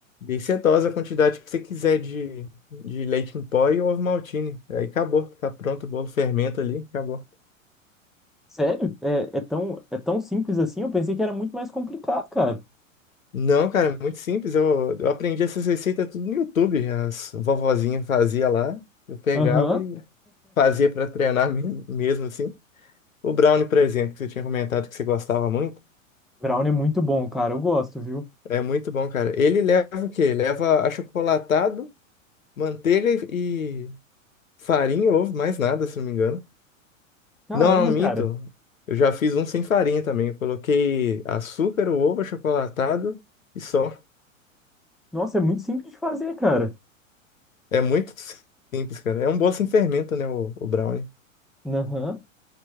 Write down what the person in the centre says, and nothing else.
Sério? É, é tão, é tão simples assim? Eu pensei que era muito mais complicado, cara.
Aham.
Brownie é muito bom, cara. Eu gosto, viu?
Caramba,
cara.
Nossa, é muito simples de fazer, cara.
Aham.